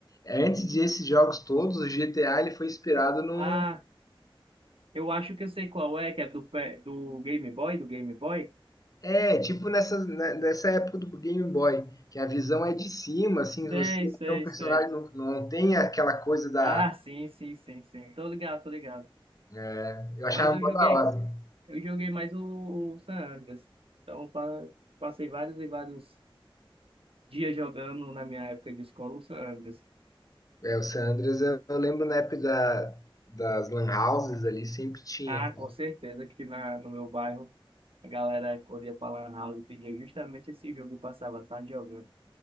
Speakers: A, on the left; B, on the right.
A: antes desses jogos todos, o GTA ele foi inspirado num,
B: Ah, eu acho que eu sei qual é, que é do, pé- do Game Boy, do Game Boy?
A: É, tipo nessa, né, nessa época do Game Boy, que a visão é de cima, assim, você
B: Sei, sei,
A: é um personagem,
B: sei.
A: não, não tem aquela coisa da.
B: Ah, sim, sim, sim, sim, tô ligado, tô ligado.
A: né, eu achava
B: Mas eu
A: mó
B: joguei,
A: da hora.
B: Eu joguei mais o, o San Andreas. Então, pa- passei vários e vários dias jogando na minha época de escola o San Andreas.
A: É, o San Andreas, eu, eu lembro na época da, das Lan Houses ali, sempre tinha.
B: Ah, com
A: cara.
B: certeza que na, no meu bairro a galera corria pra Lan House e pedia justamente esse jogo e passava a tarde jogando.